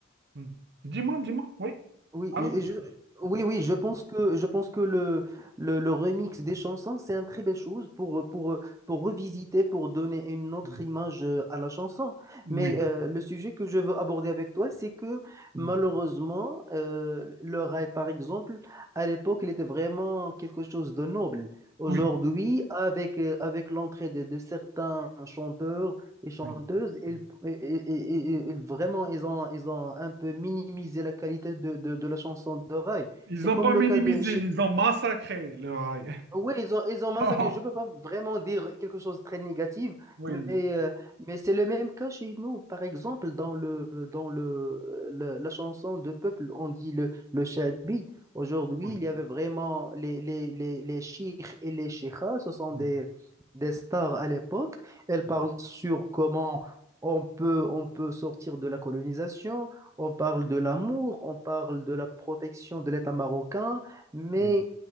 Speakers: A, on the right; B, on the right.
A: Hmm. Dis-moi, dis-moi, oui.
B: Oui,
A: Alors?
B: et je, oui,
A: Oui.
B: oui, je pense que, je pense que le, le, le remix des chansons, c'est une très belle chose pour, pour, pour revisiter, pour donner une autre
A: Hmm.
B: image euh, à la chanson.
A: Oui.
B: Mais euh, le sujet que je veux aborder avec toi, c'est que malheureusement,
A: Hmm.
B: euh, le rail, par exemple, à l'époque, il était vraiment quelque chose de noble. Aujourd'hui,
A: Oui.
B: avec, euh, avec l'entrée de, de certains chanteurs, et chanteuses,
A: Oui.
B: ils,
A: Hmm.
B: et- et- et- et vraiment, ils ont, ils ont un peu minimisé la qualité de, de, de la chanson d'oreille.
A: Ils
B: C'est
A: n'ont
B: comme
A: pas
B: le
A: minimisé,
B: cas de chez
A: ils ont massacré le rail.
B: oui, ils ont, ils ont massacré.
A: <laughs>
B: Je ne peux pas vraiment dire quelque chose de très négatif,
A: Oui,
B: mais, euh, mais c'est le même cas chez nous. Par exemple, dans le, dans le, le- la chanson de peuple, on dit le, le Shabi. Aujourd'hui,
A: oui,
B: il y avait vraiment les, les, les, les chiites et les cheikhs, ce sont
A: mm,
B: des, des stars à l'époque. Elles parlent
A: mm,
B: sur comment on peut, on peut sortir de la colonisation, on parle de l'amour, on parle de la protection de l'État marocain, mais
A: oui,